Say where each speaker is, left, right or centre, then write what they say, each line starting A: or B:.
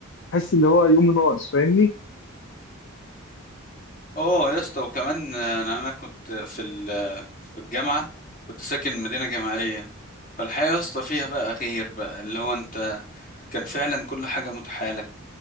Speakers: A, on the left (about 60°); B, on the left (about 40°).
A: حاسس اللي هو يوم ناقص فاهمني
B: اه يا اسطى وكمان آه، انا أنا كنت في ال- في الجامعة كنت ساكن مدينة جامعية فالحياة يا اسطى فيها بقى غير بقى اللي هو انت كان فعلا كل حاجة متاحة لك